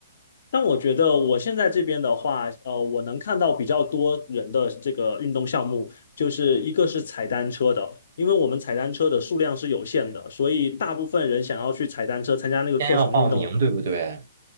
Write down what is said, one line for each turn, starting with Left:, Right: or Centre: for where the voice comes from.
Left: 但我觉得我现在这边的话，呃，我能看到比较多人的这个运动项目，就是一个是踩单车的，因为我们踩单车的数量是有限的，所以大部分人想要去踩单车参加那个课程运动，
Right: 先要报名，对不对？